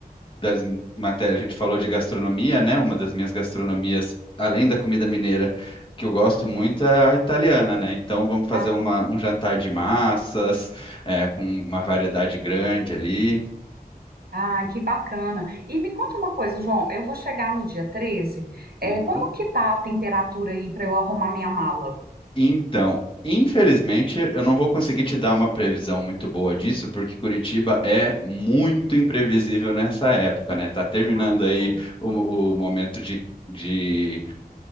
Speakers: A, on the left; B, on the right.
A: das matérias, a gente falou de gastronomia, né? Uma das minhas gastronomias, além da comida mineira, que eu gosto muito é a italiana, né? Então vamos fazer
B: Ah,
A: uma- um jantar de massas, é, com uma variedade grande ali.
B: Ah, que bacana. E me conta uma coisa, João, eu vou chegar no dia 13. É,
A: Uhum.
B: como que tá a temperatura aí para eu arrumar minha mala?
A: Então, infelizmente, eu não vou conseguir te dar uma previsão muito boa disso, porque Curitiba é muito imprevisível nessa época, né? Tá terminando
B: Ah,
A: aí
B: tá.
A: o, o momento de. de